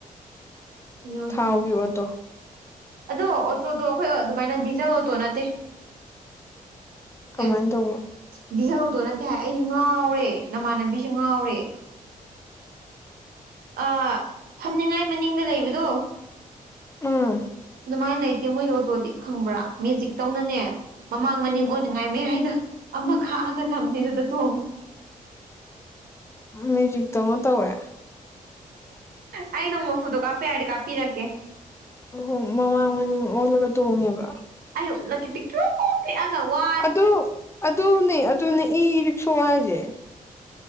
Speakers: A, on the right; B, on the left.
A: <unintelligible>
B: ꯊꯥꯎꯒꯤ ꯑꯣꯇꯣ
A: ꯑꯗꯣ ꯑꯣꯇꯣꯗꯣ ꯑꯩꯈꯣꯏ ꯑꯗꯨꯃꯥꯏꯅ ꯗꯤꯖꯜ ꯑꯣꯇꯣ ꯅꯠꯇꯦ
B: ꯀꯃꯥꯏꯅ
A: ꯑꯦ
B: ꯇꯧꯅꯣ
A: ꯗꯤꯖꯜ ꯑꯣꯇꯣ ꯅꯠꯇꯦ ꯍꯥꯏ ꯑꯩꯁꯨ ꯉꯥꯎꯔꯦ ꯅꯃꯥꯟꯅꯕꯤꯁꯦ ꯉꯥꯎꯔꯦ ꯑꯥ ꯐꯝꯅꯤꯡꯉꯥꯏ ꯃꯅꯤꯡꯗ ꯂꯩꯕꯗꯣ
B: ꯑꯥ
A: <unintelligible> ꯂꯩꯇꯦ ꯃꯣꯏ ꯑꯣꯇꯣꯗꯤ ꯈꯪꯕ꯭ꯔ ꯃꯦꯖꯤꯛ ꯇꯧꯅꯅꯦ ꯃꯃꯥꯡ ꯃꯅꯤꯡ
B: ꯎꯝ
A: ꯉꯥꯏ ꯃꯌꯥꯏꯗ ꯑꯃ ꯈꯥꯛꯑꯒ ꯊꯝꯅꯦ ꯑꯗꯨꯗ ꯇꯣꯡꯉꯤ
B: ꯃꯦꯖꯤꯛꯇꯧ ꯇꯧꯋꯦ
A: ꯑꯩ ꯅꯣꯡ ꯃꯐꯨꯗꯣ ꯀꯥꯞꯄ ꯌꯥꯔꯗꯤ ꯀꯥꯞꯄꯤꯔꯛꯀꯦ
B: ꯑ ꯃꯃꯥꯡ ꯃꯅꯤꯡ ꯑꯣꯜꯂꯒ ꯇꯣꯡꯉꯦꯕ
A: ꯑꯣ ꯂꯛ ꯄꯤ꯭ꯔꯣ ꯑꯒ ꯋꯥ
B: ꯑꯗꯨ ꯑꯗꯨꯅꯦ ꯑꯗꯨꯅꯦ ꯏꯔꯤꯛꯁꯣ ꯍꯥꯏꯖꯦ